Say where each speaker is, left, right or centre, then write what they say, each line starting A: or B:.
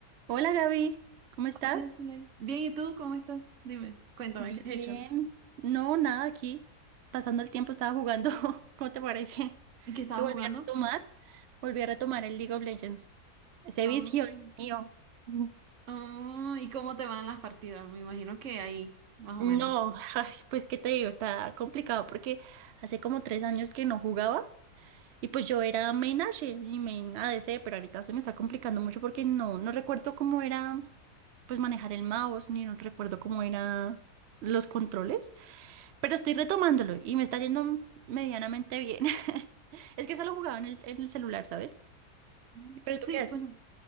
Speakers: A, on the right; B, on the right.
A: Hola Gaby, ¿cómo estás?
B: Hola, Zulay. Bien, ¿y tú cómo estás? Dime, cuéntame,
A: Bien.
B: ¿qué has hecho?
A: No, nada aquí. Pasando el tiempo estaba jugando. <laughs> ¿Cómo te parece?
B: ¿Y qué estabas
A: Que volví
B: jugando?
A: a retomar. Volví a retomar el League of Legends. Ese
B: Oh.
A: vicio, Dios mío. Mm,
B: Ah, ¿y cómo te van las partidas? Me imagino que ahí, más o
A: No,
B: menos.
A: <laughs> ay, pues qué te digo, está complicado porque hace como tres años que no jugaba y pues yo era main Ashe y main ADC, pero ahorita se me está complicando mucho porque no, no recuerdo cómo era pues manejar el mouse, ni no recuerdo cómo era los controles. Pero estoy retomándolo y me está yendo medianamente bien. <laughs> Es que solo jugaba en el, en el celular, ¿sabes?
B: Mm,
A: ¿Pero
B: Sí,
A: tú qué
B: bueno,
A: haces?